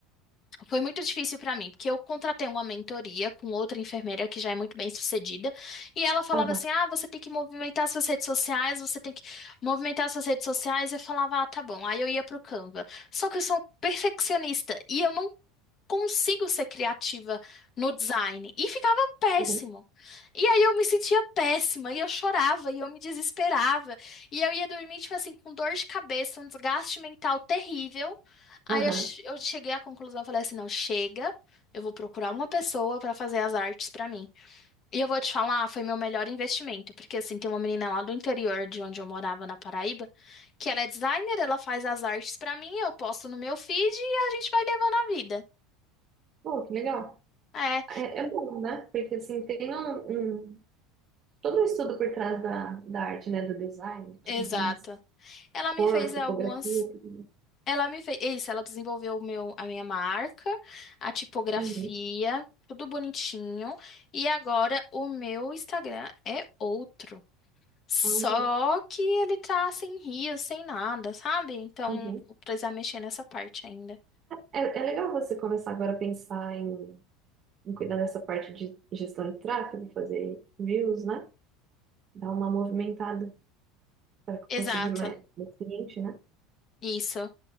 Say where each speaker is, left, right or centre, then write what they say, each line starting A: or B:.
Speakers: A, on the left; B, on the right.
A: Foi muito difícil para mim, porque eu contratei uma mentoria com outra enfermeira que já é muito bem sucedida, e ela falava
B: Aham,
A: assim: "Ah, você tem que movimentar suas redes sociais, você tem que movimentar suas redes sociais". Eu falava: "Ah, tá bom". Aí eu ia pro Canva. Só que eu sou perfeccionista e eu não consigo ser criativa no design. E ficava péssimo.
B: aham.
A: E aí eu me sentia péssima, e eu chorava, e eu me desesperava. E eu ia dormir, tipo assim, com dor de cabeça, um desgaste mental terrível. Aí
B: Aham.
A: eu, che- eu cheguei à conclusão, eu falei assim, não, chega. Eu vou procurar uma pessoa para fazer as artes para mim. E eu vou te falar, ah, foi meu melhor investimento, porque assim, tem uma menina lá do interior de onde eu morava na Paraíba, que ela é designer, ela faz as artes para mim, eu posto no meu feed e a gente vai levando a vida.
B: Pô, que legal.
A: é
B: É, é bom, né? Porque assim, tem um, um- todo o estudo por trás da, da arte, né? Do design e tudo
A: Exato.
B: mais.
A: Ela
B: Cor,
A: me fez
B: tipografia,
A: algumas.
B: tudo mais.
A: Ela me fez. Isso, ela desenvolveu o meu, a minha marca, a tipografia,
B: Uhum.
A: tudo bonitinho. E agora o meu Instagram é outro. Só
B: Ah, legal.
A: que ele tá sem rios, sem nada, sabe? Então
B: Uhum.
A: vou precisar mexer nessa parte ainda.
B: É, é legal você começar agora a pensar em, em cuidar dessa parte de gestão de tráfego, fazer views, né? Dar uma movimentada para
A: Exato.
B: conseguir mais mais cliente, né?
A: Isso.